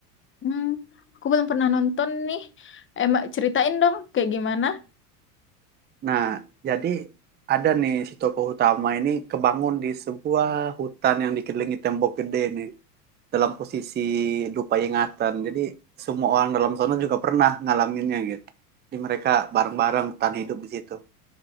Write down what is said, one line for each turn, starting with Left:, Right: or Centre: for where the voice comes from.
Left: Hmm, aku belum pernah nonton nih. Emang ceritain dong kayak gimana?
Right: Nah, jadi ada nih si tokoh utama ini kebangun di sebuah hutan yang dikelilingi tembok gede nih. dalam posisi lupa ingatan. Jadi semua orang dalam sana juga pernah ngalaminnya gitu. Jadi mereka bareng-bareng bertahan hidup di situ.